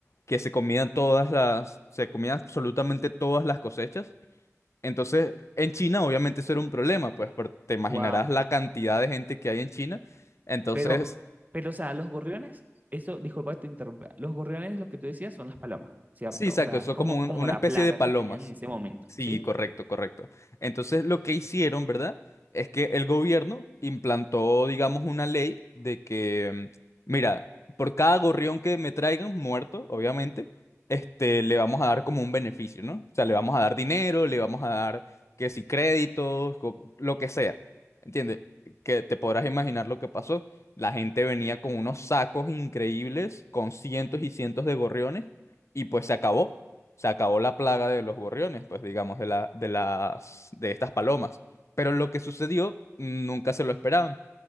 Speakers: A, on the left (about 60°); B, on the right (about 30°).
A: que se comían todas las, se comían absolutamente todas las cosechas. Entonces, en China obviamente eso era un problema, pues por- te imaginarás
B: Wow.
A: la cantidad de gente que hay en China. Entonces,
B: Pero, pero, o sea, los gorriones, eso, disculpa que te interrumpa, los gorriones, lo que tú decías, son las palomas, ¿cierto?
A: Sí, exacto,
B: O sea,
A: son
B: es como,
A: como un-
B: como
A: una
B: la
A: especie
B: plaga
A: de palomas.
B: que tenían en ese momento,
A: Sí,
B: ¿sí?
A: correcto, correcto. Entonces lo que hicieron, ¿verdad? Es que el gobierno implantó, digamos, una ley de que, mm, mira, por cada gorrión que me traigan, muerto, obviamente, este, le vamos a dar como un beneficio, ¿no? O sea, le vamos a dar dinero, le vamos a dar, que si créditos, co- lo que sea. ¿Entiendes? Que te podrás imaginar lo que pasó. La gente venía con unos sacos increíbles, con cientos y cientos de gorriones y pues se acabó. Se acabó la plaga de los gorriones, pues digamos, de la, de las, de estas palomas. Pero lo que sucedió, nunca se lo esperaban,